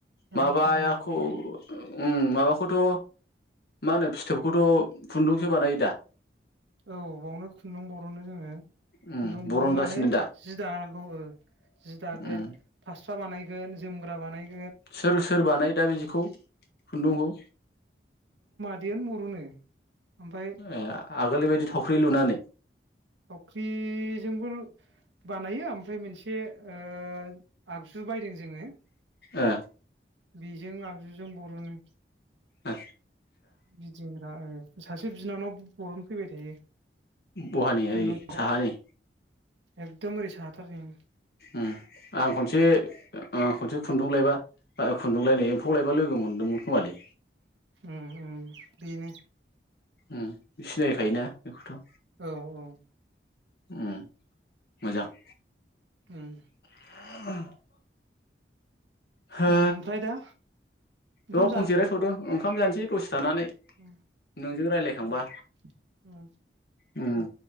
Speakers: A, on the left (about 60°); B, on the right (about 80°).
A: माबा
B: रां खामायनो
A: याखौ
B: हागौमोन
A: ओम माबाखौथ' मा होनो फिथोबखौथ' खुन्दुंसो बानायो दा?
B: औ बावनो खुन्दुं बरनो जोङो,
A: उम
B: खुन्दुं
A: बरनगासिनो
B: बहननानै
A: दा
B: जि दानांगौ ओ जि दागोन
A: उम
B: फास फास्रा बानायगोन जोमग्रा बानायगोन
A: सोर सोर बानायो दा बेखौ खुन्दुंखौ?
B: बेयोन बर'नो। ओमफ्राय
A: ए आगोल बेबायदि थावख्रि लुनानै?
B: थावख्रि जोंबो बानायो ओमफ्राय मोनसे ओ आगजु बायदों जोङो
A: ओ
B: बेजों आगजु जों बर'नो
A: ओ।
B: गिदिंग्रा ओ सासे बिनानाव बरन फैबाय थायो।
A: बहानि
B: खुन्दुं
A: ओरै साहानि?
B: एकदम ओरै साहाथारनि ओं।
A: ओम आं खनसे ओ खनसे खुन्दुं लायबा अ खुन्दुंलायनो एम्फौ लायबा लोगो मोन दोंमोन खोमालै।
B: उम उम बिनो।
A: ओ सिनाय खायोना बेखौथ'।
B: औ औ।
A: ओम मोजां।
B: ओम।
A: <inaudible> हो
B: ओ ओमफ्राय दा? ओंखाम
A: दं जिरायथ'दों। ओंखाम जानसै दसे थानानै।
B: ओ
A: नोंजों रायलायखांबा
B: ओ ओ
A: उम
B: दे